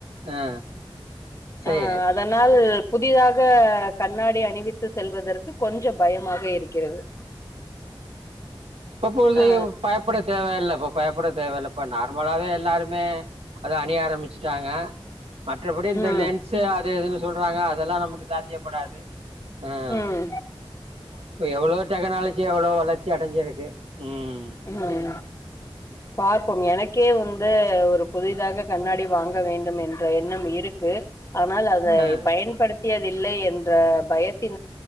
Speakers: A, on the right; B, on the left.
A: ஆ சேரி
B: அஹ் அதனால் புதிதாக க கண்ணாடி அணிவித்து செல்வதற்கு கொஞ்சோ பயமாக இருக்கிறது
A: பப்பொழுதியோ
B: ஆ
A: பயப்பட தேவயில்லப்பா பயப்பட தேவையில்ல இப்போ நார்மலாவே எல்லோருமே அத அணிய ஆரம்பிச்சிட்டாங்க மற்றபடி இந்த
B: ம்
A: லென்ஸு அது இதுன்னு சொல்றாங்க அதெல்லா நமக்கு சாத்தியப்படாது ஆஹ்
B: ம்
A: இப்ப எவ்ளோ டெக்னாலஜி எவ்ளோ வளர்ச்சி அடைஞ்சிருக்கு ம்
B: ஹம் பா ப்ப எனக்கே வந்து ஒரு புதிதாக கண்ணாடி வாங்க வேண்டும் என்ற எண்ண இருக்கு ஆனால் அத
A: ஆ
B: பயன்படுத்திய இல்லை என்ற பயத்தில்